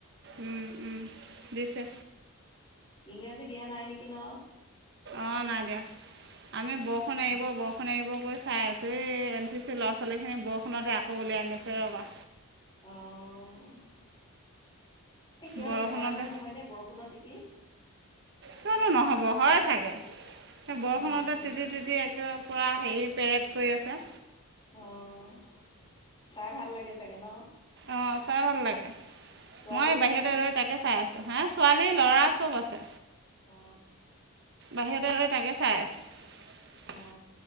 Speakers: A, on the right; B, on the left.
A: উম, উম, দিছে।
B: ইংৰাজী দিয়া নাই নেকি ন?
A: অ', নাই দিয়া আমি বৰষুণ
B: অ অ
A: এৰিব, বৰষুণ এৰিব কৈ চাই আছোঁ এই এন চি চি ল'ৰা ছোৱালীখিনি বৰষুণতে আকৌ উলিয়াইনিছে ৰ'বা।
B: অহ' এ সিহঁত
A: বৰষুণতে
B: বেম আজাৰ নহয় নে বৰষুণৰ তিতি।
A: কিয়নো নহ'ব হয় চাগে, সেই বৰষুণতে
B: উম,
A: তিতি তিতি একে পূৰা হেৰি পেৰেট। কৰি আছে।
B: অ' চাই ভাল লাগে চাগে ন।
A: অহ' চাই ভাল লাগে।
B: ছোৱালীও
A: মই
B: আছেনে
A: বাহিৰতে ৰৈ তাকে চাই আছোঁ, হা ছোৱালী ল'ৰা চ'ব আছে।
B: অ
A: বাহিৰত ৰৈ তাকে চাই আছোঁ।
B: অ